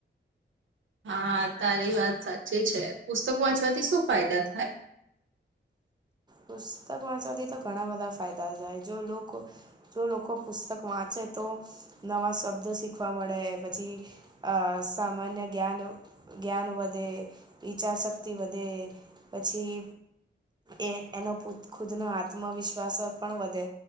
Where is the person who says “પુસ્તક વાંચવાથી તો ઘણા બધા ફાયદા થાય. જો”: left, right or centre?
Right